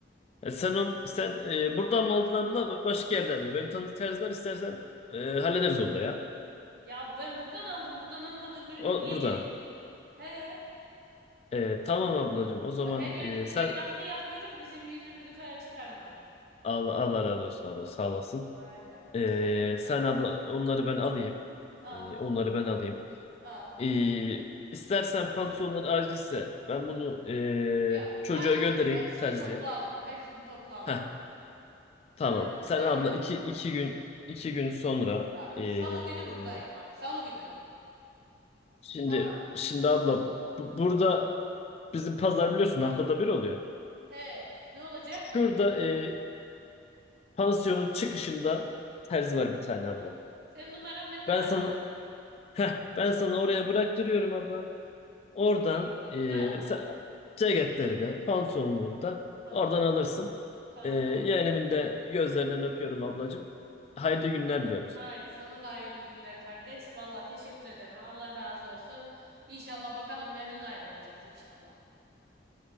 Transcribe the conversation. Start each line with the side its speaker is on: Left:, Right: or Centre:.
Left: E, sen on, sen e, buradan mı aldın abla başka yerden mi? Benim tanıdık terzi var istersen e, hallederiz onu da ya.
Right: Ya ben buradan aldım. Buradan almadığım ürünü
Left: O
Right: niye
Left: buradan.
Right: getireyim? He.
Left: E, tamam ablacığım o zaman
Right: Bak her yerde
Left: e,
Right: de
Left: sen
Right: reklamını yapıyoruz. Bizim yüzümüzü kara çıkarma.
Left: Allah, Allah razı olsun abla sağ olasın.
Right: Aynen. Lütfen.
Left: Ee, sen abla onları ben alayım.
Right: Al.
Left: Ee, onları ben alayım.
Right: Al.
Left: Ee, istersen pantolonlar acilse ben bunu ee,
Right: Yok.
Left: çocuğa
Right: Acil
Left: göndereyim
Right: değil. Hepsini
Left: terziye.
Right: topla alırım. Hepsini topla alırım.
Left: Heh, tamam.
Right: Aynen.
Left: Sen
Right: Derken
Left: abla iki, iki gün iki gün sonra
Right: bak.
Left: ee,
Right: Salı günü buradayım bak. Salı günü.
Left: şimdi
Right: Tamam.
Left: şimdi abla bu- burada bizim pazar biliyorsun haftada bir oluyor.
Right: He. Ne olacak?
Left: Şurada ee, pansiyonun çıkışında terzi var bir tane abla.
Right: Tamam. Senin numaran bende
Left: Ben
Right: var
Left: sana
Right: zaten.
Left: heh, ben sana oraya bıraktırıyorum abla. Oradan
Right: Ceketleri
Left: e,
Right: de da.
Left: sen- ceketleri de pantolonunu da
Right: Tamam.
Left: oradan alırsın.
Right: Tamam.
Left: E, yeğenimin de gözlerinden öpüyorum ablacığım. Hayırlı günler diliyorum sana.
Right: Haydi sana da hayırlı günler kardeş. Valla teşekkür ederim. Allah razı olsun. İnşallah bakalım memnun ayrılacağız inşallah.